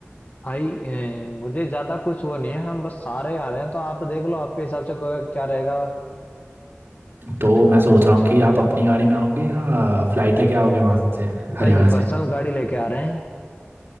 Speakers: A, on the left (about 40°); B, on the right (about 55°).
A: भाई अ, मुझे ज्यादा कुछ वो नहीं है हम बस सारे आ रहे हैं तो आप देख लो आपके हिसाब से कोई- क्या रहेगा
B: तो मैं सोच रहा हूँ कि आप अपनी गाड़ी में आओगे या फ्लाइट लेके आओगे वहाँ से हरियाणा
A: भाई पर्सनल
B: से
A: गाड़ी लेके आ रहे हैं